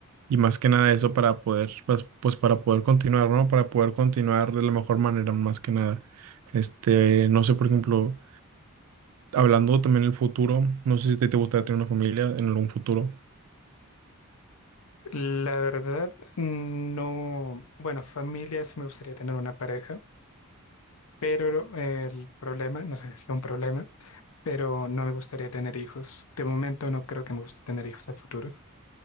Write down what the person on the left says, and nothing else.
La verdad, no, bueno, familia sí me gustaría tener una pareja, pero el problema, no sé si es un problema, pero no me gustaría tener hijos. De momento no creo que me guste tener hijos a futuro.